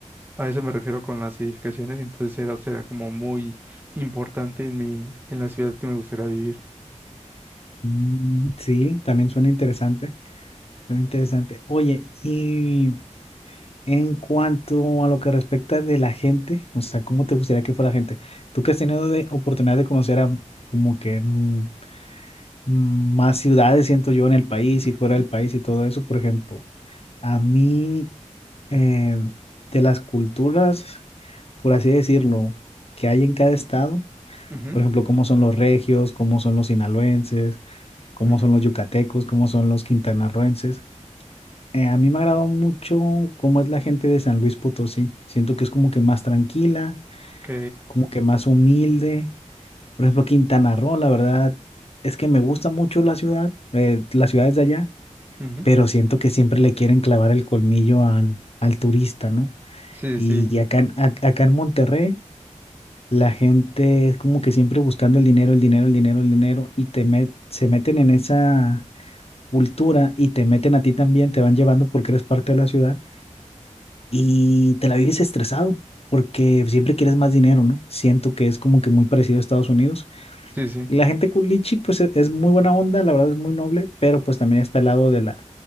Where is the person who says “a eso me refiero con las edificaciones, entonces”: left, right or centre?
Right